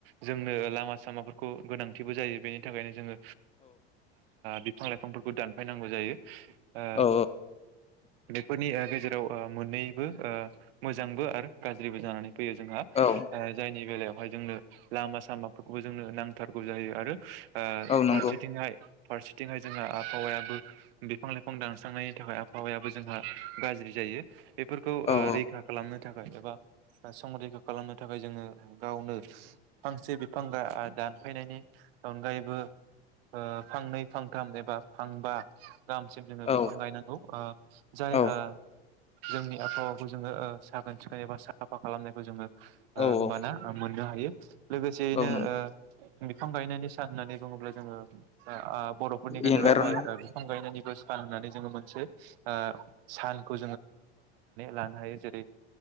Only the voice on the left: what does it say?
औ
औ
औ नंगौ
औ औ
औ
औ
औ
औ
औ नंगौ
इनभाइरनमेन्ट